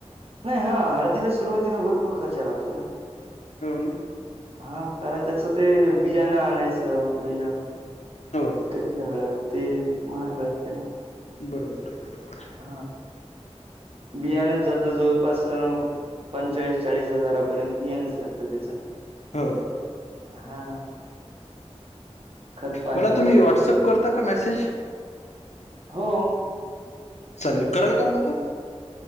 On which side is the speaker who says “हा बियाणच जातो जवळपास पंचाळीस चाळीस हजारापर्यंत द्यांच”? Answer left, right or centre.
Right